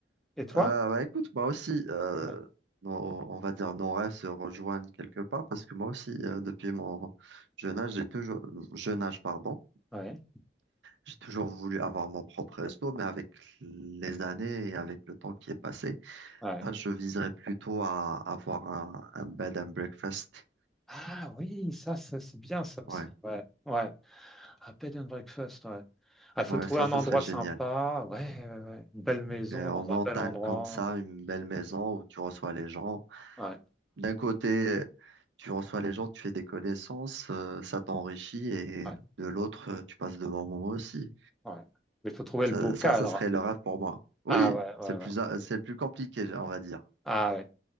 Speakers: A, in the centre; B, on the right.
A: Et toi?
B: Euh, bah écoute, moi aussi, euh,
A: Ouais.
B: nos- on va dire nos rêves se rejoignent quelque part parce que moi aussi, euh, depuis mon jeune âge, j'ai toujours, jeune âge, pardon,
A: Ouais.
B: J'ai toujours voulu avoir mon propre resto, mais avec les années et avec le temps qui est passé,
A: Ouais.
B: là, je viserais plutôt à avoir un, un bed and breakfast.
A: Ah oui, ça, ça, c'est bien, ça aussi.
B: Ouais,
A: Ouais, ouais. Ah, bed and breakfast, ouais. Il faut
B: ouais,
A: trouver
B: ça,
A: un
B: ça
A: endroit
B: serait génial.
A: sympa, ouais, ouais, ouais. Une belle maison
B: Et en
A: dans
B: montagne
A: un bel endroit.
B: comme ça, une belle maison où tu reçois les gens.
A: Ouais,
B: D'un côté, tu reçois les gens, tu fais des connaissances, euh, ça t'enrichit, et
A: ouais,
B: de l'autre, euh, tu passes de bons moments aussi.
A: ouais. Mais il faut trouver
B: Ça,
A: le beau cadre.
B: ça, ça serait
A: hein.
B: le rêve pour moi. Oui,
A: Ah ouais, ouais,
B: c'est le
A: ouais.
B: plus, c'est le plus compliqué, on va dire.
A: Ah ouais.